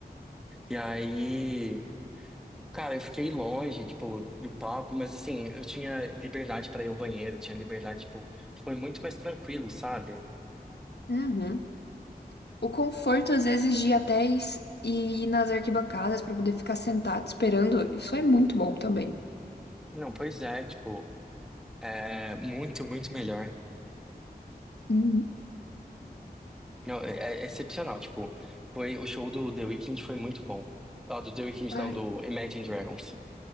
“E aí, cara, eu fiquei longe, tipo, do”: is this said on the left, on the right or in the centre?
Centre